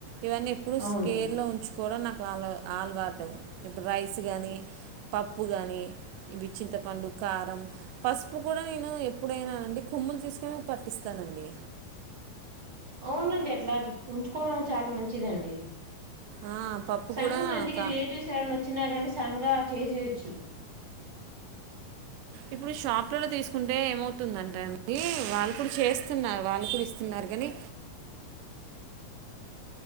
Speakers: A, on the right (about 85°); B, on the right (about 40°).
A: ఇవన్నీ ఎప్పుడు
B: అవును
A: స్కేర్ లో ఉంచుకోవడం నాకు కాలు ఆలువాట ఇప్పుడు రైస్ కానీ పప్పు కానీ ఇవి చింతపండు కారం పసుపు కూడా నేను ఎప్పుడైనా అంటే కొమ్ములు తీసుకొని పట్టిస్తానండి
B: అవునండి అట్లా ఉంచుకోవడం చాలా మంచిదండి
A: ఆ పప్పు
B: సన్గా
A: కూడా
B: మన ఇంటికి
A: కా
B: రిలేటివ్స్ ఎవరైన్నా వచ్చినా గానీ సంగా చేసేయోచ్చు
A: ఇప్పుడు షాప్లలో తీసుకుంటే ఏమవుతుందంటే అండి వాళ్ళు కూడా చేస్తున్నారు వాళ్ళు కూడా ఇస్తున్నారు గనీ